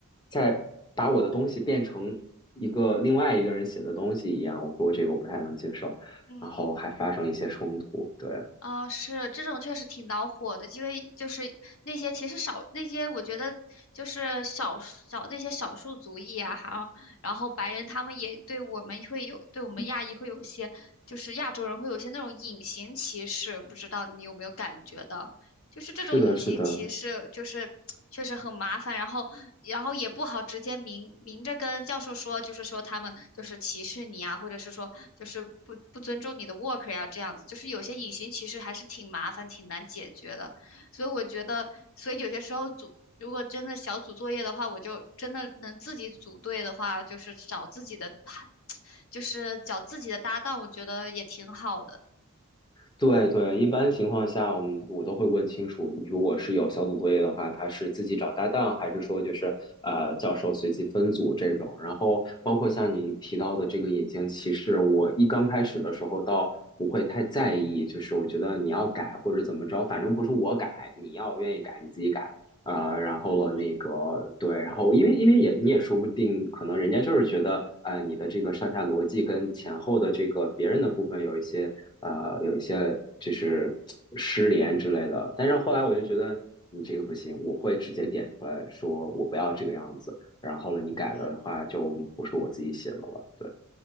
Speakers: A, on the left; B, on the left.
A: 在把我的东西变成一个另外一个人写的东西一样。我说这个我不太能接受，
B: 嗯。
A: 然后还发生一些冲突。对，
B: 啊、是这种确实挺恼火的，因为就是那些其实少那些，我觉得就是少少那些少数族裔啊，还有然后白人他们也对我们会有对我们亚裔会有一些就是亚洲人会有一些那种隐形歧视，不知道你有没有感觉到？就是这种隐形歧视，
A: 是的，是的，
B: 就是确实很麻烦，然后然后也不好直接明明着跟教授说，就是说他们就是歧视你啊，或者是说就是不不尊重你的 work 呀、这样子，就是有些隐形歧视还是挺麻烦、挺难解决的，所以我觉得，所以有些时候组。如果真的小组作业的话，我就真的能自己组队的话，就是找自己的，<sucks teeth> 就是找自己的搭档，我觉得也挺好的。
A: 对对，一般情况下，我们我都会问清楚，如果是有小组作业的话，他是自己找搭档，还是说就是呃教授随机分组这种。然后包括像你提到的这个隐形歧视，我一刚开始的时候倒不会太在意，就是我觉得你要改或者怎么着，反正不是我改，你要愿意改你自己改。啊，然后了那个对，
B: 嗯
A: 然后因为因为也你也说不定，可能人家就是觉得，呃，你的这个上下逻辑跟前后的这个别人的部分有一些呃有一些就是失联之类的。但是后来我就觉得你这个不行，我会直接点出来说我不要这个样子，然后了你改的话就不是我自己写的了，
B: 嗯
A: 对。